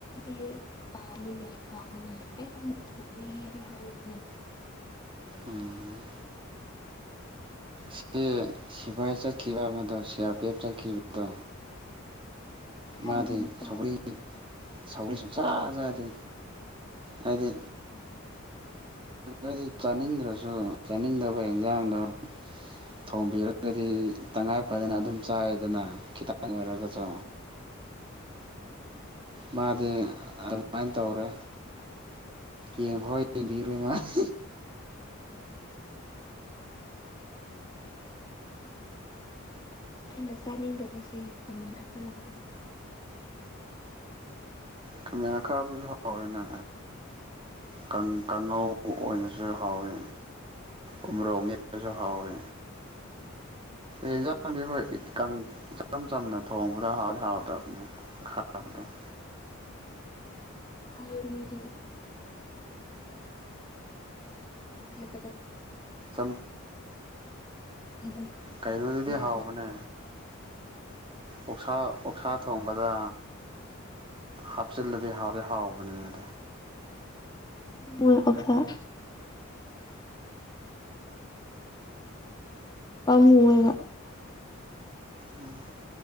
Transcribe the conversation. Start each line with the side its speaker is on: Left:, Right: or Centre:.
Left: ꯑꯦ ꯄꯥꯝꯃꯤꯅꯦ ꯊꯕꯅꯤ <inaudible> ꯑꯩ ꯊꯔꯤꯒꯗꯤ ꯍꯥꯏꯕ
Right: ꯑꯝ ꯁꯤ ꯁꯤꯐꯥꯏ ꯆꯠꯈꯤꯕ ꯑꯃꯗꯣ ꯁꯤ ꯑꯥꯔ ꯄꯤ ꯑꯦꯐ ꯆꯠꯈꯤꯕꯗꯣ
Left: ꯇꯥꯗꯕꯅꯤꯀꯣ
Right: ꯃꯥꯗꯤ ꯁꯥꯎꯒꯔꯤ ꯁꯥꯎꯜꯔꯤ ꯁꯨꯡꯆꯥ ꯆꯥꯗꯦ ꯍꯥꯏꯗꯤ
Left: ꯎꯝ
Right: ꯑꯩꯈꯣꯏ ꯆꯥꯅꯤꯡꯗ꯭ꯔꯁꯨ ꯆꯥꯅꯤꯡꯗꯕ ꯏꯟꯖꯥꯡꯗꯣ ꯊꯣꯡꯕꯤꯔꯒꯗꯤ ꯇꯉꯥꯏ ꯐꯗꯅ ꯑꯗꯨꯝ ꯆꯥꯏꯗꯅ ꯈꯤꯇꯪ ꯑꯣꯏꯔꯒꯁꯨ ꯃꯥꯗꯤ ꯑꯗꯨꯃꯥꯏꯅ ꯇꯧꯔꯦ ꯌꯦꯡꯐꯥꯎ ꯌꯦꯡꯕꯤꯔꯣꯏ ꯃꯥꯗꯤ
Left: ꯑꯩꯅ ꯆꯥꯅꯤꯡꯗꯕꯁꯦ ꯈꯃꯦꯟ ꯑꯄꯥꯕꯗꯣ
Right: ꯈꯥꯃꯦꯟ ꯑꯈꯥꯕꯗꯤ ꯍꯥꯎꯋꯤꯅ ꯀꯥꯡꯉꯧ ꯀꯥꯡꯉꯧ ꯑꯣꯏꯅꯁꯨ ꯍꯥꯎꯋꯤ ꯎ ꯃꯣꯔꯣꯛ ꯃꯦꯠꯄꯁꯨ ꯍꯧꯋꯦ ꯌꯦꯟꯖꯥꯡꯗꯤ ꯍꯣꯏ ꯏꯆꯝ ꯆꯝꯅ ꯊꯣꯡꯕꯗ ꯍꯧꯗꯤ ꯍꯧꯇꯕꯅꯦ ꯈꯔꯕꯗ <unintelligible>
Left: ꯍꯥꯏꯌꯦ ꯃꯤꯗꯤ ꯗꯣ <unintelligible>
Right: ꯎꯝ
Left: ꯑꯩꯗꯤ
Right: ꯀꯩꯅꯣꯗꯗꯤ
Left: ꯌꯥꯗꯦ
Right: ꯍꯥꯎꯕꯅꯦ ꯑꯣꯛꯁꯥ ꯑꯣꯛꯁꯥ ꯊꯣꯡꯕꯗ ꯍꯥꯞꯆꯤꯗꯤ ꯍꯥꯎꯗꯤ ꯍꯥꯥꯎꯕꯅꯤꯍꯦ
Left: ꯃꯣꯏ ꯑꯣꯛꯁꯥ ꯄꯝꯃꯨꯢꯌꯦꯕ
Right: ꯎꯝ